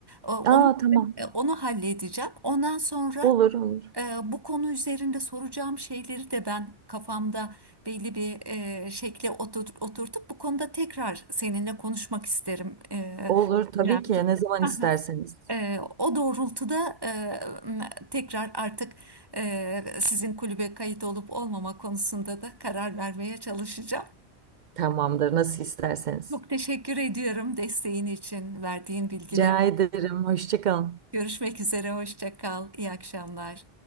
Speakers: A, on the right (about 20°); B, on the right (about 50°).
A: E, onu
B: Aa tamam.
A: e, onu halledeceğim. Ondan sonra
B: Olur olur.
A: e, bu konu üzerinde soracağım şeyleri de ben kafamda belli bir e, şekle otur- oturtup bu konuda tekrar seninle konuşmak isterim. E,
B: Olur tabii
A: İremciğim.
B: ki ne zaman
A: <laughs>
B: isterseniz.
A: Ee, o doğrultuda e, m- tekrar artık e, sizin kulübe kayıt olup olmama konusunda da karar vermeye çalışacağım.
B: Tamamdır nasıl isterseniz.
A: Çok teşekkür ediyorum desteğin için, verdiğin bilgiler.
B: Rica ederim. Hoşça kalın.
A: Görüşmek üzere, hoşça kal, iyi akşamlar.